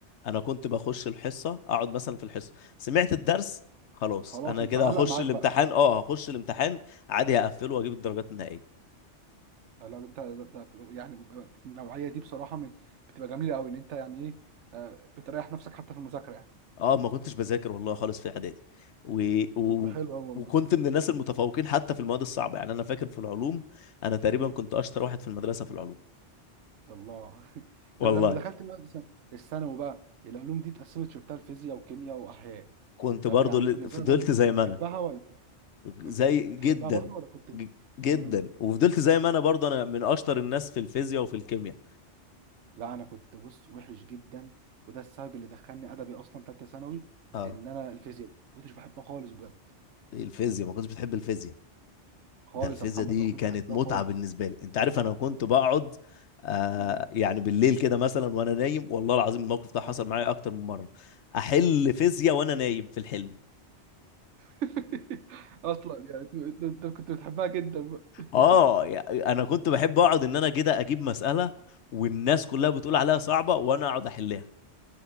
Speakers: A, on the left; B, on the right.
A: انا كنت بخش الحصه اقعد مثلا في الحصه سمعت الدرس خلاص
B: خلاص
A: انا
B: انت
A: كده
B: علق
A: هخش
B: معاك
A: الامتحان
B: بقى
A: اه هخش الامتحان عادي هقفله واجيب الدرجات النهائيه
B: آه، لا ده انت ده ده يعني بيبقى- النوعيه دي بصراحه من بتبقى جميله قوي ان انت يعني ايه آه، بتريح نفسك حتى في المذاكره يعني
A: اه ما كنتش بذاكر والله خالص في اعدادي و... و...
B: طب ده حلو قوي والله
A: وكنت من الناس المتفوقين حتى في المواد الصعبه يعني انا فاكر في العلوم انا تقريبا
B: امم
A: كنت اشطر واحد في المدرسه في العلوم
B: الله <laughs>
A: والله
B: طب لما دخلت بقى مثلا الثانوي بقى العلوم دي اتقسمت شفتها الفيزياء وكيمياء واحياء
A: كنت
B: طب
A: برضو
B: يعني
A: ل-
B: بالنسبه
A: فضلت
B: لك برضه كنت
A: زي
B: بتحبها
A: ما انا
B: ولا
A: زي
B: بت- بتحبها
A: جدا
B: برضه ولا كنت
A: ج- جدا
B: امم
A: وفضلت زي ما انا برضه انا من اشطر الناس في الفيزياء وفي الكيمياء
B: لا انا كنت بص وحش جدا وده السبب اللي دخلني ادبي اصلا ثالثه ثانوي
A: اه
B: ان انا الفيزياء دي ما كنتش بحبها خالص بجد
A: إيه الفيزياء ما كنتش بتحب الفيزياء
B: خالص
A: ده الفيزياء
B: يا محمد
A: دي
B: ولا كنتش
A: كانت
B: بحبها
A: متعة
B: خالص
A: بالنسبة لي انت عارف انا كنت بقعد آه
B: مهم.
A: يعني بالليل كده مثلا وانا نايم والله العظيم الموقف ده حصل
B: ايوه
A: معايا اكتر من مرة احل فيزياء وانا نايم في الحلم
B: <laughs> اصلا يعني انت أنت كنت بتحبها جدا بقى <laughs>
A: اه يع- انا كنت بحب اقعد ان انا كده اجيب مسألة والناس كلها بتقول عليها صعبة وانا اقعد احلها